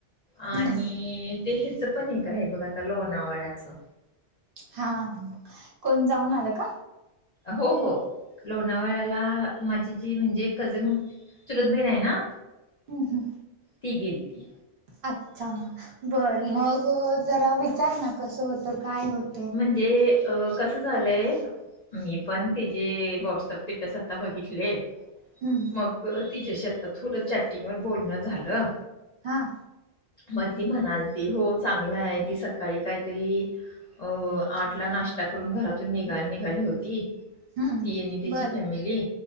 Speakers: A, on the left; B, on the right.
A: आणि
B: हम्म
A: ते ह्याच पण एक आहे बघ आता. लोणावळ्याचं.
B: हा. कोण जाऊन आलं का?
A: हो हो. लोणावळ्याला माझी ती म्हणजे कझन होती. चुलत बहीण आहे ना?
B: हम्म हम्म.
A: ती गेलती.
B: अच्छा, बर मग जरा विचार ना कसं होतं? काय होत?
A: म्हणजे अ कसं झालंय. मी पण तजे व्हॉट्सअप स्टेटस आता बघितले.
B: हम्म हम्म.
A: मग तिच्या्याशी आता थोडं चॅटिंगवर बोलणं झालं.
B: हां.
A: मग ती म्हणालती हो चांगलंय. ती सकाळी काहीतरी अ आठला नाश्ता करून घरातून निघा निघाली होती.
B: हम्म
A: ती आणि त्याची
B: बर
A: फॅमिली.